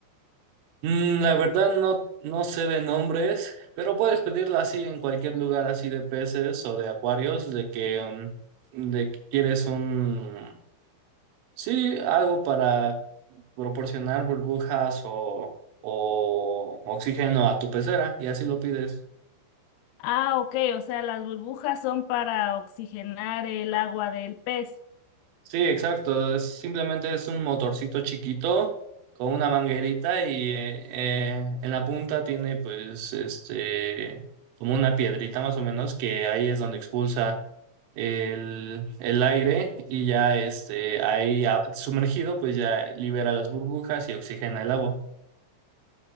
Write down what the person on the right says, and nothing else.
Mm, la verdad no, no sé de nombres, pero puedes pedirla así en cualquier lugar así de peces o de acuarios, de que, mm, de que quieres un... Sí, algo para proporcionar burbujas o, o oxígeno a tu pecera y así lo pides.
Sí, exacto. es- simplemente es un motorcito chiquito con una manguerita y eh, eh, en la punta tiene pues este como una piedrita más o menos que ahí es donde expulsa el, el aire y ya este ahí ah, sumergido pues ya libera las burbujas y oxigena el agua.